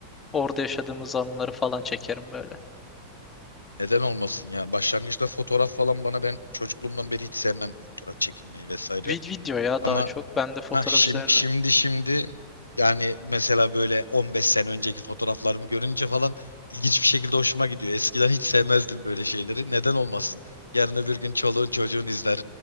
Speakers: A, on the left; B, on the left.
A: Orada yaşadığımız anıları falan çekerim böyle.
B: Neden olmasın ya? Başlangıçta fotoğraf falan bana ben çocukluğumdan beri hiç sevmem fotoğraf çekilmeyi vesaire.
A: Vid video ya
B: Ama
A: daha çok. Ben de fotoğraf
B: Ha, şim-
A: üzerine.
B: şimdi şimdi yani mesela böyle 15 sene önceki fotoğraflarımı görünce falan ilginç bir şekilde hoşuma gidiyor. Eskiden hiç sevmezdim böyle şeyleri. Neden olmasın? Yarın öbür gün çoluğun çocuğun izler,